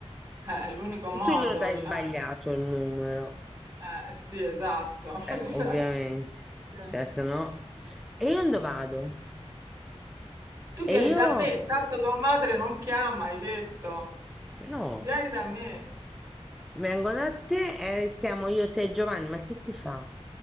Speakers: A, on the right (about 30°); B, in the centre.
A: Eh, è l'unico modo,
B: E tu glielo dai
A: cioè.
B: sbagliato il numero.
A: Eh, sì, esatto.
B: Eh,
A: <laughs>
B: ovviamente,
A: Sì.
B: cioè se no... E io dove vado?
A: Tu vieni
B: E io...
A: da me, tanto tua madre non chiama, hai detto.
B: No,
A: Vieni da me.
B: vengo da te e siamo io, te e Giovanni, ma che si fa?